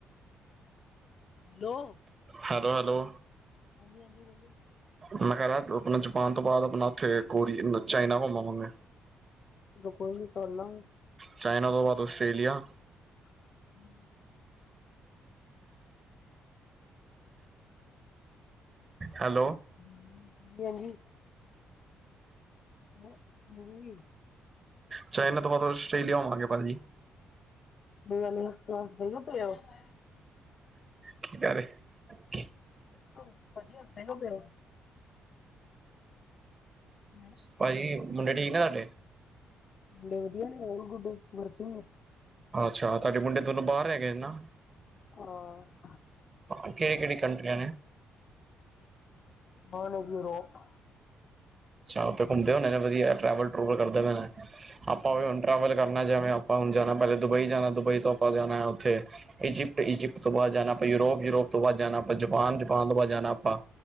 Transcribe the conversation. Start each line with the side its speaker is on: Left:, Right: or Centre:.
Left: ਹੈਲੋ
Right: ਹੈਲੋ ਹੈਲੋ
Left: ਹਾਂਜੀ ਹਾਂਜੀ ਬੋਲੋ
Right: ਮੈਂ ਕਿਹਾ ਆਪਣਾ ਜਪਾਨ ਤੋਂ ਬਾਅਦ ਆਪਣਾ ਉੱਥੇ ਕੋਰੀ ਚਾਈਨਾ ਘੁੰਮਾ ਆਵਾਂਗੇ
Left: ਚਲੋ ਕੋਈ ਨੀ ਕਰ ਲਾਂਗੇ
Right: ਚਾਈਨਾ ਤੋਂ ਬਾਅਦ ਆਸਟਰੇਲੀਆ
Left: <inaudible>
Right: ਹੈਲੋ
Left: ਹੈਲੋ ਗਿਆ ਨਹੀਂ ਹੈ ਨਵੀਂ ਵੀ
Right: ਚਾਈਨਾ ਤੋਂ ਬਾਅਦ ਆਸਟ੍ਰੇਲੀਆ ਹੋਵਾਂਗੇ ਭਾਜੀ
Left: <unintelligible>
Right: ਕੀ ਕਰ ਰਹੇ
Left: ਹ ਪਾਜੀ ਹੱਸਦੇ ਕਯੋ ਪਏ ਹੋ ਹਮ
Right: ਭਾਜੀ ਮੁੰਡੇ ਠੀਕ ਨੇ ਤੁਹਾਡੇ।
Left: ਮੁੰਡੇ ਵਧੀਆ ਨੇ ਹੋਰ ਗੁੱਡ ਵਰਕਿੰਗ ਹੈ।
Right: ਅੱਛਾ ਤੁਹਾਡੇ ਮੁੰਡੇ ਦੋਨੋ ਬਾਹਰ ਹੈਗੇ ਏ ਨਾ
Left: ਹਾਂ
Right: ਹਾਂ ਕਿਹੜੀ ਕਿਹੜੀ ਕੰਟਰੀਆਂ ਨੇ
Left: ਪਾਲੇ ਜੀ ਰੋਪ
Right: ਸ਼ਾਮ ਤੱਕ ਘੁੰਮਦੇ ਹੋਣੇ ਵਧੀਆ ਟੈਵਲ ਟੂਰ ਕਰਦੇ ਆਪਾਂ ਟਵ ਕਰ ਨਾ ਜਵੇਂ ਆਪਾਂ ਹੁਣ ਜਾਣਾ ਪਹਿਲੇ ਦੁਬਈ ਜਾਣਾ ਦੁਬਈ ਤੋਂ ਆਪਾਂ ਜਾਣਾ ਉੱਥੇ ਇਜਿਪਟ ਇਜਿਪਟ ਤੋਂ ਬਾਅਦ ਜਾਣਾ ਯੂਰੋਪ ਯੂਰੋਪ ਤੋਂ ਬਾਅਦ ਜਾਣਾ ਆਪਾਂ ਜਪਾਨ ਜਪਾਨ ਤੋਂ ਬਾਅਦ ਜਾਣਾ ਆਪਾਂ